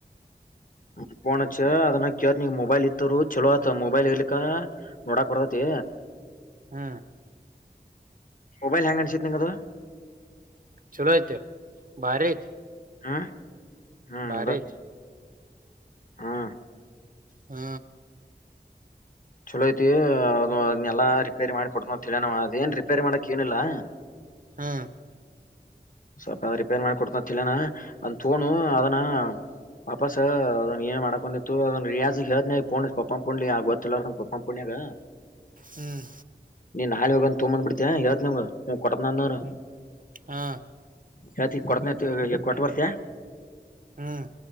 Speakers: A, on the left (about 50°); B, on the right (about 50°).
A: ಹ ಪೋಚ್ಚ ಅದನ್ನ ಕವ ನಿಗ್ ಮೊಬೈಲ್ ಇತ್ತವರು ಚಲೋ ಆತ ಮೊಬೈಲ್ ಇರ್ಲಿಕ್ಕ ನೋಡಾಕ್ ಬರ ತ್ತ
B: ಹ್ಮ
A: ಮೊಬೈಲ್ ಹೆ್ಯಾಂಗ್ ಅನ್ಸತ್ ನಂಗದು
B: ಚಲೋ ಐತೆ ಭಾರಿ ಐತಿ
A: ಹ್ಮ ಹ್ಮ್
B: ಭಾರಿ
A: ಅದು
B: ಐತಿ
A: ಹ್ಮ
B: ಹ್ಮ
A: ಚಲೋ ಐತಿ ಅದ್ಲ್ಲಾ ರಿಪೇರ್ ಮಾಡ ಕೊಡ್ ನಾವವು ಅಂತ ಹೆಲನ್ ಅವ ಅದ ಏನ್ ರಿಪೇರ್ ಮಾಡಕ್ ಏನಿಲ್ಲಾ
B: ಹಾ
A: ಸ್ವಲ್ಪ ಅ ರಿಪೇರ್ ಮಾಡಿ ಕೊಡ್ನ ತಿಲನ ಅಂದ ತೋೊಂಡು ಅದನ ವಾಪಸ್ ಅದನ್ ಏನ್ ಮಾಡ ಬಂದಿತ್ತು ಅದ್ ರಿಯಾಜ ಹದ್ನೆ ಪೋ ಪಪ್ಪ ಪು್ಲಿ ಆಗ ಗೊತ್ತಿಲ್ಲಾರದ ಪಪಾ ಪುಣ್ಯಾಗ
B: ಹ್ಮ್
A: ನೀನ್ ನಾಳೆ ಹೋಗ ತಗಂದ್ ಬಿಡ್ತ ಯವತ್ ನಿಮ ಕೊಡಕ್ನಂದರು
B: ಹ್ಮ್ ಹಾ
A: ಹೇಳ್ತಿ ಕೊಡನ ಕೊಟ್ಟ ಬರ್ತಯ
B: ಹ್ಮ್